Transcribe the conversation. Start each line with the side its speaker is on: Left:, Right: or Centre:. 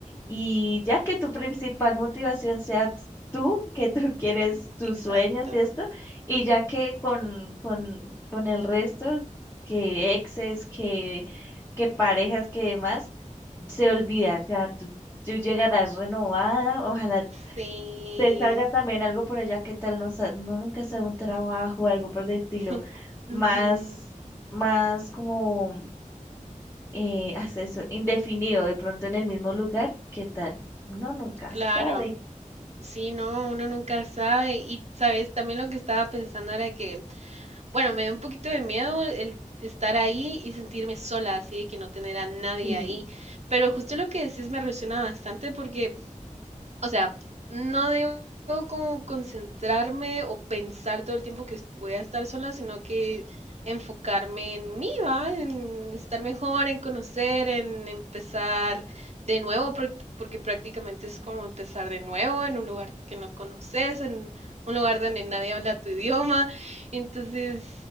Left: y ya que tu principal motivación sea tú, que tú <laughs> quieres tus
Right: exacto.
Left: sueños y esto, y ya que con, con, con el resto, que exes, que, que parejas, que demás, se olvida, ya tú, tú llegarás renovada, ojalá
Right: Sí,
Left: te salga también algo por allá, qué tal, no, sa- no nunca sea un trabajo, algo por el estilo,
Right: <laughs>
Left: más,
Right: ujú,
Left: más como eh, <laughs> hasta eso, indefinido, de pronto en el mismo lugar, ¿qué tal? Uno nunca
Right: claro.
Left: sabe.
Right: Sí, no, uno nunca sabe. Y sabes, también lo que estaba pensando era que, bueno, me dio un poquito de miedo el estar ahí y sentirme sola, así de que no tener a nadie
Left: Sí,
Right: ahí. Pero justo lo que decís me resuena bastante porque O sea, no debo como concentrarme o pensar todo el tiempo que voy a estar sola, sino que enfocarme en mí, ¿va? En estar mejor, en conocer, en empezar de nuevo, por- porque prácticamente es como empezar de nuevo en un lugar que no conoces, en un lugar donde nadie habla tu idioma. Entonces,